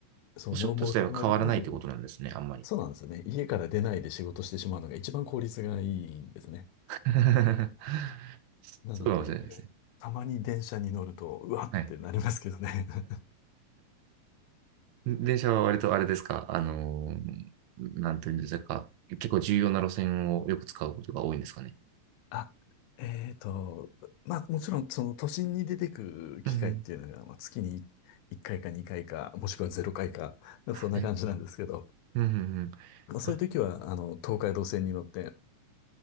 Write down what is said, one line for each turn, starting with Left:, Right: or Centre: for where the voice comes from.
Left: そう、
Right: お仕事自体は変わらないってことなんですね、
Left: もろもろ考えると、もう、
Right: あんまり。
Left: そうなんですよね。家から出ないで仕事してしまうのが一番効率がいいんですね。
Right: <laughs>
Left: なので、
Right: そうかもしれないですね。
Left: えーたまに電車に乗ると、うわってなりますけどね。
Right: はい。
Left: <laughs>
Right: 電車は割とあれですか、あのーなんていうんですか、結構重要な路線をよく使うことが多いんですかね。
Left: あ、えーと、まあもちろんその都心に出てく機会っていうのが、
Right: うんうん。
Left: まあ、月に1回か2回かいか、もしくは0回かいか、
Right: はい。
Left: そんな感じなんですけど、
Right: うんうんうん。
Left: まあそういう時は、
Right: あ
Left: あの、東海道線に乗って